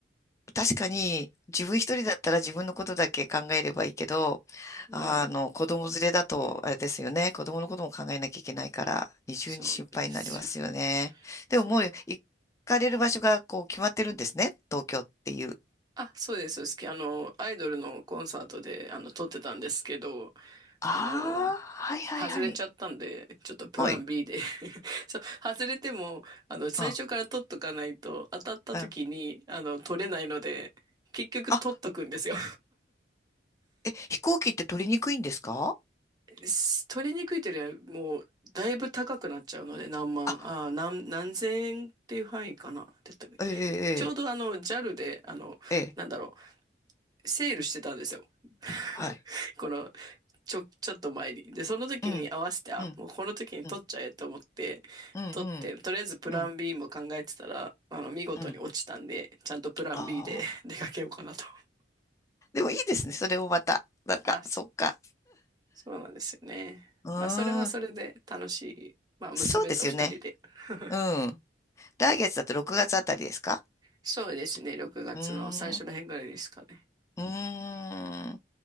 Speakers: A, on the left; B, on the right.
A: 確かに自分一人だったら自分のことだけ考えればいいけど、
B: うん。うん
A: あの、子供連れだとあれですよね。子供のことも考えなきゃいけないから、二重に心配になりますよね。
B: そうなんですよ。
A: でももう行かれる場所がこう決まってるんですね。
B: そう。
A: 東京っていう。
B: あ、そうです。好き。あの、アイドルのコンサートで、あの、撮ってたんですけど、
A: ああ、
B: あの、
A: はいはいはい。
B: 外れちゃったんで、ちょっとプラン
A: はい。
B: B で <laughs> そう、外れても、あの、最初から撮っとかないと、
A: あ、
B: 当たった時に、
A: うん。
B: あの、撮れないので、結局撮っとくんですよ。
A: あ、え、飛行機って取りにくいんですか
B: す取りにくいというよりは、もう、だいぶ高くなっちゃうので、何万、
A: あ、
B: ああ、何、何千円っていう範囲かな。って言ったでちょうどあの、
A: ええ、
B: JAL で、あの、
A: ええ、ええ、
B: なんだろう、セールしてたんですよ。<laughs>
A: はい。
B: この、ちょ、ちょっと前に。で、その時に合わせて、
A: うん、
B: あ、
A: うん、
B: もうこの時に取っちゃえと思って、
A: うん、うん、
B: 取って、とりあえずプラン
A: うん、うん、
B: B も考えてたら、あの、見事に落ちたんで、
A: うん。
B: ちゃんとプラン
A: あ
B: B で <laughs> 出かけようかなと。
A: でもいいですね。それもまた。なんか、
B: あ、
A: そっか。
B: そうなんですよね。
A: うーん。
B: まあ、それはそれで楽しい。まあ、娘と二人で。
A: そうですよね。
B: <laughs>
A: うん。来月だと6月あたりですか
B: そうですね。6月の最初の辺ぐらいですかね。
A: うーん。うーん。